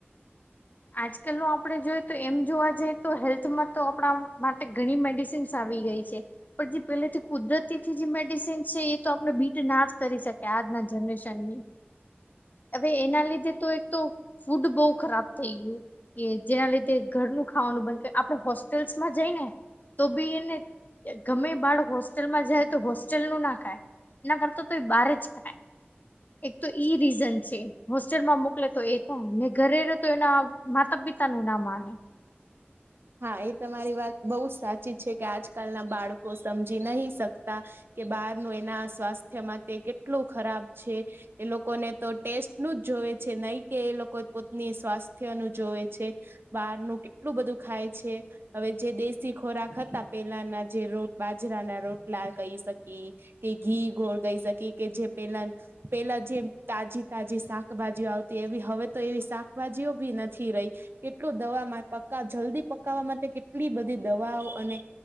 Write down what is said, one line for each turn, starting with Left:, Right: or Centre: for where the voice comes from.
Left: આજકાલનું આપણે જોઈએ તો એમ જોવા જઈએ તો હેલ્થમાં તો આપણા માટે ઘણી મેડિસિન સીન્સ આવી ગઈ છે, પણ જે પેહલેથી કુદરતીથી જે મેડિસન છે એ તો આપણે બીટ ના જ કરી શક એ આજના જનરેશનની. હવે એના લીધે તો એક તો ફૂડ બહુ ખરાબ થઈ ગયું. કે જેના લીધે ઘરનું ખાવાનું બંધ કર. આપણે હોસ્ટેલ્સમાં જઈને તો ભી એને ગમે બાળક હોસ્ટેલમાં જાય તો હોસ્ટેલનું ન ખાય એના કરતા તો એ બાર જ ખાઇ. એક તો ઈ રીઝન છે. હોસ્ટેલમાં મોકલે તો એ થાય, ને ઘરે તો એના માતા પિતાનું ના માને.
Right: હા! એ તમારી વાત બહુ જ સાચી છે, કે આજકાલના બાળકો સમજી નહી શકતા કે બહારનું એના સ્વાસ્થ્ય માટે કેટલુ ખરાબ છે. એ લોકોને તો ટેસ્ટનું જ જોવે છે, નહી કે એ લોકો પોતની સ્વાસ્થ્યનું જોવે છે બહારનું કેટલું બધું ખાય છે. હવે જે દેશી ખોરાક હતા પેલાના જે રોટ બાજરાના રોટલા કહી શકીએ કે ઘી ગોળ કહી શકીએ કે જે પહેલાં પેહલા જે તાજી તાજી શાકભાજીઓ આવતી, એવી હવે તો એવી શાકભાજીઓ બી નથી રહી કેટલું દવામાં પકાવ જલ્દી પકાવવા માટે કેટલી બધી દવાઓ અને